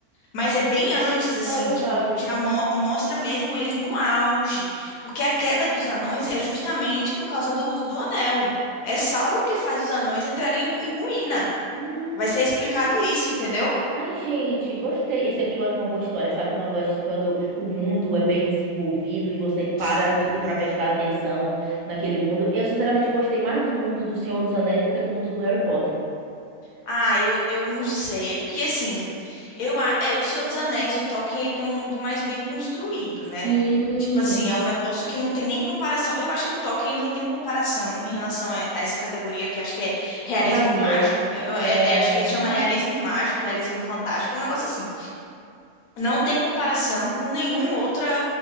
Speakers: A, on the left; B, on the right.
A: Mas é bem antes, assim,
B: É verdade.
A: tipo, já mo- mostra mesmo eles no auge. Porque a queda dos anões é justamente por causa do uso do anel. É Sauron que faz os anões entrarem em ru- em ruína.
B: Hum.
A: Vai ser explicado isso, entendeu?
B: Ai, gente, gostei. Eu sempre gosto de uma boa história, sabe? Quando, as- quando o mundo é bem desenvolvido e você para
A: Sim.
B: tudo pra prestar atenção naquele mundo. Eu, sinceramente, gostei mais do mundo do Senhor dos Anéis do que do mundo do Harry Potter.
A: Ah, eu, eu não sei. É porque assim, eu a- é o Senhor dos Anéis, o Tolkien, ele tem um mundo mais bem construído, né?
B: Sim,
A: Tipo assim, é um negócio que não tem nem comparação. Eu acho que o Tolkien ele não tem comparação em relação a, a essa categoria que acho que é realismo
B: fantasia.
A: mágico. É,
B: É,
A: é- é- acho que chama realismo mágico, realismo fantástico, é um negócio assim. Não tem comparação com nenhum outra,